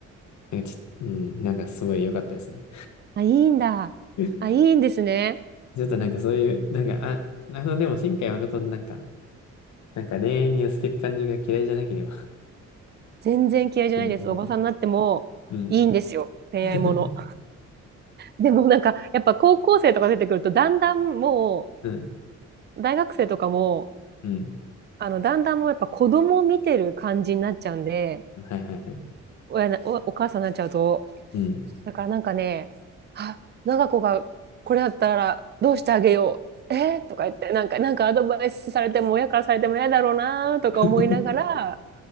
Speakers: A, on the left; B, on the right.
A: なんかち、うん、なんかすごい良かったですね。
B: あ、いいんだ。
A: <laughs>
B: あ、いいんですね。
A: ちょっとなんかそういう、なんか、あ、あの、でも、新海誠のなんか、なんか恋愛に寄せていく感じが嫌いじゃなければ
B: 全然嫌いじゃないです。
A: <laughs> いいなと思います。
B: おばさんになってもいいんですよ。
A: うん。
B: 恋愛もの。
A: <laughs>
B: でもなんか、やっぱ高校生とか出てくると、だんだんも
A: うん。
B: う、大学生とかも、
A: うん。
B: あの、だんだんもうやっぱ子供見てる感じになっちゃうんで、
A: はいはいはい。
B: 親な、お、お母さんになっちゃうと。
A: うん。
B: だからなんかね、あ、長子がこれだったらどうしてあげよう。えーとか言って、なんか、なんかアドバイスされても、親からされても嫌だろうなとか思いながら、
A: <laughs>